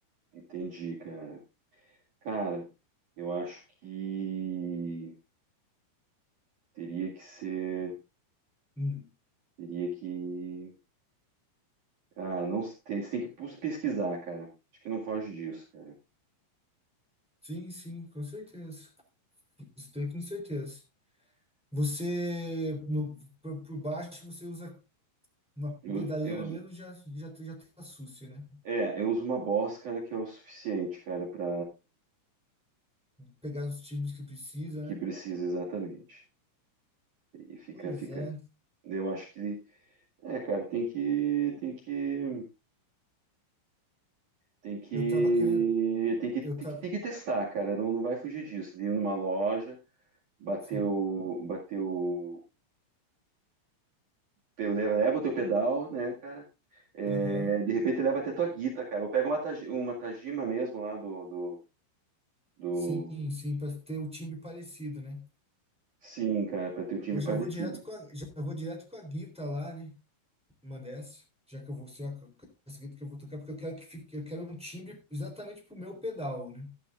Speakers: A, on the right; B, in the centre.
A: Entendi, cara. Cara, eu acho que teria que ser,
B: Hum.
A: teria que, ah, não se- tem, você tem que pus- pesquisar, cara. Acho que não foge disso, cara.
B: Sim, sim, com certeza. Isso tem com certeza. Você, no, por, por baixo, você usa uma
A: Eu,
B: pedaleira
A: eu, uso-
B: mesmo, já, já, tá- já tá sucio, né?
A: é, eu uso uma Boss, cara, que é o suficiente, cara, para
B: Pegar os timbres que precisa,
A: que
B: né?
A: precisa exatamente. E fica,
B: Pois
A: fica.
B: é.
A: Eu acho que, é, cara, tem que, tem que, tem que,
B: Eu tava querendo,
A: tem que,
B: eu
A: tem
B: tava,
A: que, tem que testar, cara. Não, não vai fugir disso. De ir numa loja, bater
B: sim,
A: o, bater o Eu levo, leva o teu pedal, né, cara? É,
B: aham.
A: de repente leva até tua guita, cara. Ou pega uma, taji- uma Tajima mesmo lá do, do, do...
B: Sim, sim, para ter o timbre parecido, né?
A: Sim, cara, pra ter o time
B: Hoje
A: parecido.
B: eu já vou direto com a, já vou direto com a guita lá, né? uma dessa, já que eu vou ser a casqueta que eu vou tocar, porque eu quero que fique, eu quero um timbre exatamente pro meu pedal, né?